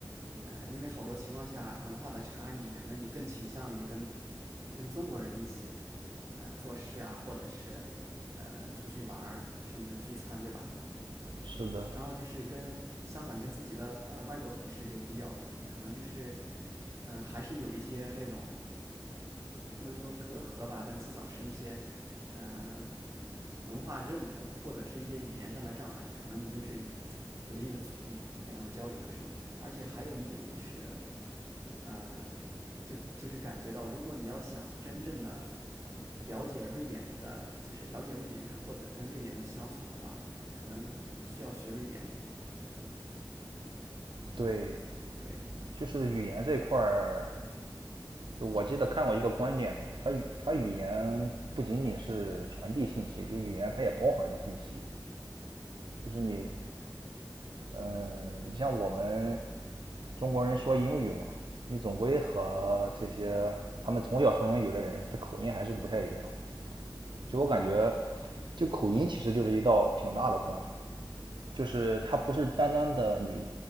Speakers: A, on the right; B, on the right.
A: 呃，因为好多情况下文化的差异，可能你更倾向于跟跟中国人一起，呃，做事啊，或者是呃出去玩儿，甚至聚餐，对吧？
B: 是的，
A: 然后就是跟相反跟自己的呃外国同事就比较可能就是，嗯、还是有一些那种不能说隔阂吧，但至少是一些呃文化认同或者是一些语言上的障碍，可能你就是有一定的阻力跟他们交流的时候，而且还有一点就是，呃，就就是感觉到，如果你要想真正的了解瑞典人的，就是了解瑞典人或者跟瑞典人相处的话，可能需要学瑞典语。
B: 对，
A: 对，
B: 就是语言这块儿，就我记得看过一个观点嘛，他语他语言不仅仅是传递信息，就语言它也包含着信息，就是你嗯，你像我们中国人说英语嘛，你总归和这些他们从小说英语的人，他口音还是不太一样。就我感觉，
A: 嗯，对的，
B: 就口音其实就是一道挺大的关，就是它不是单单的你